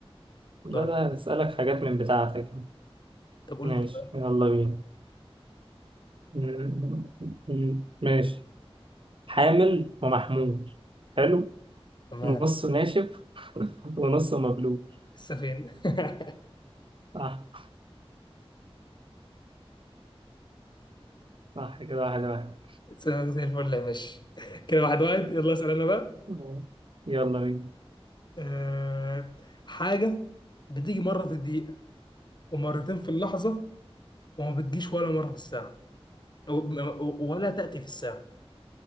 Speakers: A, on the right (about 55°); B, on the left (about 45°).
A: لا
B: دورك
A: لا هسألك حاجات من بتاعتك
B: طب قول
A: ماشي
B: لي انت بقى.
A: يلا بينا م- م- ماشي حامل ومحمول حلو
B: تمام
A: نصه ناشف <laughs> ونصه مبلول
B: لسه فين <laughs>
A: صح صح كده واحد واحد
B: لسه زي الفل يا باشا كده واحد واحد يلا اسال انا بقى
A: آه. يلا بينا
B: أه... حاجه بتيجي مره في الدقيقه ومرتين في اللحظه وما بتجيش ولا مره في الساعه و- و- ولا تاتي في الساعه